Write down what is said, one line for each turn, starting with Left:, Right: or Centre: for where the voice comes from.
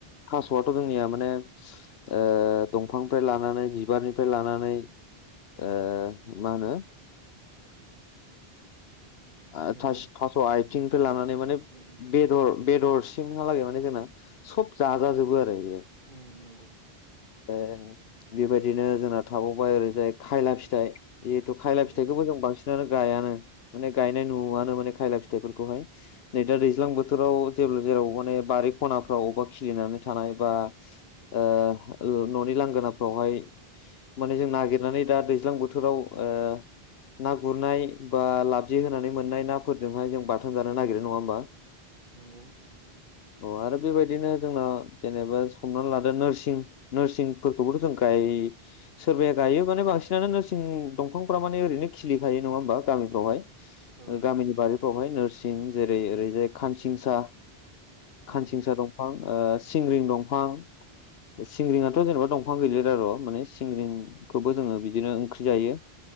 Left: थास'आथ' जोंनिया माने ओ दंफांनिफ्राय लानानै बिबारनिफ्राय लानानै ओ मा होनो ओ
Right: नंगौ
Left: थास थास' आयथिंनिफ्राय लानानै
Right: साजाथिं
Left: माने
Right: उम
Left: बेदर बेदरसिमहालागै माने जोंना सब जाजाजोबो आरो बेयो।
Right: उम नंगौ।
Left: ओ बेबायदिनो जोंना थाबावबाय ओरैजाय खायला फिथाइ जिहेथु खायला
Right: नंगौ
Left: फिथाइखौबो जों बांसिनानो गायानो माने गायनाय नुआनो माने खायला फिथाइफोरखौहाय। नै दा दैज्लां बोथोराव जेब्ला जेराव माने बारि खनाफ्राव अबेबा खिलिनानै थानाय बा ओ न'नि लांगोनाफ्रावहाय माने जों नागिरनानै दा दैज्लां बोथोराव ओ ना गुरनाय बा लाबजि होनानै मोननाय नाफोरजोंहाय जों बाथोन जानो नागिरो नङा होमबा?
Right: नंगौ।
Left: अ आरो बेबायदिनो जोंना जेनेबा संनानै लादो नोरसिं नोरसिंफोरखौबोथ' जों गाय सोरबाया गायोबाने बांसिनानो नोरसिं दंफांफोरा माने ओरैनो खिलिखायो नङा होमबा गामिफ्रावहाय।
Right: औ
Left: ओ गामिनि बारिफ्रावहाय नोरसिं जेरै ओरैजाय खानसिंसा खानसिंसा
Right: नंगौ
Left: दंफां ओ सिंग्रिं दंफां सिंग्रिंयाथ' जेनेबा दंफां गैलैरार' माने सिंग्रिंखौबो जोङो बिदिनो ओंख्रि जायो।